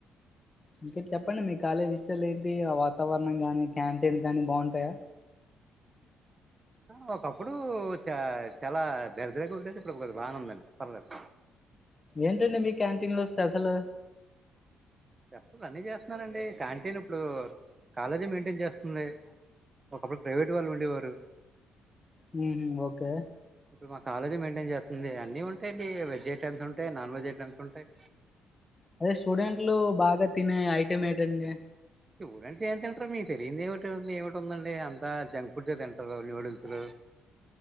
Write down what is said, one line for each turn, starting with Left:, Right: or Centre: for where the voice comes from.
Left: ఇంకా చెప్పండి మీ కాలేజ్ విషయాలు ఏంటి వాతావరణం కానీ క్యాంటీన్ కానీ బాగుంటాయా
Right: ఆ ఒకప్పుడు చ చాలా దరిద్రంగా ఉండేది ఇప్పుడు కొద్దిగా బాగానే ఉందండి పర్లేదు
Left: ఏంటండి మీ క్యాంటీన్ లో స్పెషల్
Right: స్పెషల్ అన్నీ చేస్తున్నారండి క్యాంటీన్ ఇప్పుడు కాలేజీ మెయింటైన్ చేస్తుంది ఒకప్పుడు ప్రైవేట్ వాళ్ళు ఉండేవారు
Left: మీలు ఓకే
Right: ఇప్పుడు మా కాలేజ్ మెయింటైన్ చేస్తుంది అన్నీ ఉంటాయండి వెజ్ ఐటమ్స్ ఉంటాయి నాన్ వెజ్ ఐటమ్స్ ఉంటాయి
Left: అదే స్టూడెంట్లు బాగా తినే ఐటం ఏటండి
Right: స్టూడెంట్స్ ఏం తింటారు మీకు తెలియనిది ఏమిటో ఏముంటుంది అండి అంతా జంక్ ఫుడ్స్ ఏ తింటారు నూడిల్స్ లు